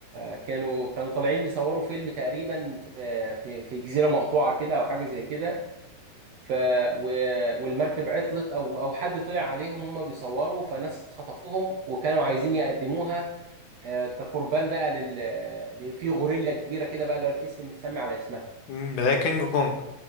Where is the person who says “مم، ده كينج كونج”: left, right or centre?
Left